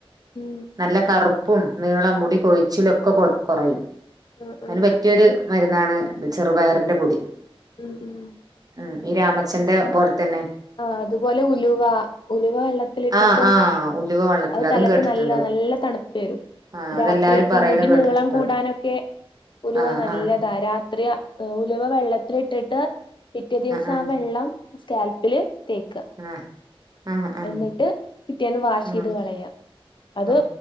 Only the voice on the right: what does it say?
നല്ല കറുപ്പും നീളം മുടി കൊഴിച്ചിലൊക്കെ കൊ കുറയും
അതിന്
പറ്റിയരു മരുന്നാണ് ചെറുപയറിന്റെ പൊടി
ഉം ഈ രാമച്ചന്റെ പോലെ തന്നെ
ആഹ് ആഹ് ഉലുവ വെള്ളത്തിൽ
അതും
കേട്ടിട്ടുണ്ട്
ആഹ് അതെല്ലാരും
പറയണ
കേട്ടിട്ടുണ്ട്
ആഹ്
ആഹ്
ആഹ്
ആഹ് ആഹ് ആഹ്
ആഹ്
ആഹ്